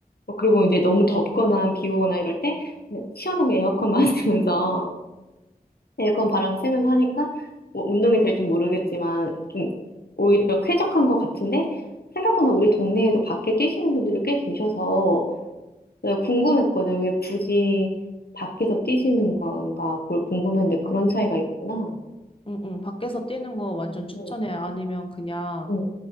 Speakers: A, on the left; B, on the left.
A: 어, 그리고 이제 너무 덥거나 비 오거나 이럴 때 시원하게 에어컨 <laughs> 맞으면서 에그컨 바람 쐬면서 하니까 뭐 운동이 될지 모르겠지만 좀 오히려 쾌적한 것 같은데 생각보다 우리 동네에도 밖에 뛰시는 분들이 꽤 계셔서 내가 궁금했거든. 왜 굳이 밖에서 뛰시는 건가 그걸 궁금했는데 그런 차이가 있구나.
B: 응, 응. 밖에서 뛰는 거 완전 추천해.
A: 응,
B: 아니면 그냥
A: 응,